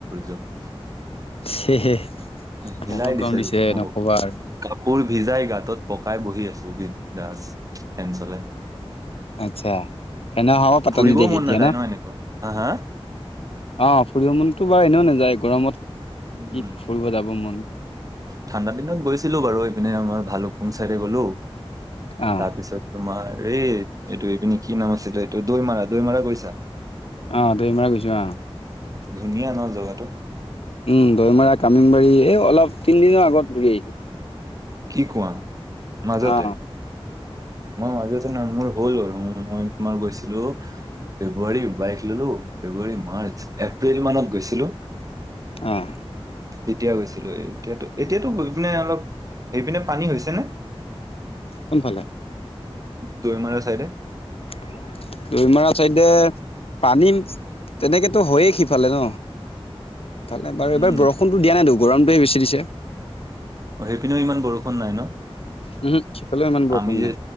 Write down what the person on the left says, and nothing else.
সেয়হে
বহুত গম দিছে
নকবা আৰু।
আচ্ছা এনে হ'ব পাতা
নিদিয়ে
এতিয়া
অ', ফুৰিব মনতো বাৰু এনেওঁ নাযায় গৰমত।
কি ফুৰিব যাব মন
অ
অ', দৈমৰা গৈছো অ'।
উম দৈমাৰ কামিমবাৰী এই অলপ তিনিদিনৰ আগত ঘৰি আহিছো।
অ
অ',
কোনফালে
<inaudible> দৈ মৰা চাইদে পানী তেনেকেতো হয়য়ে সিফালে ন তালে বাৰু এইবাৰ
বৰষুণতটো দিয়া নাইতো গৰমটোৱে বেছি দিছে।
উহু সিফালেও ইমান বৰষুণ
নাই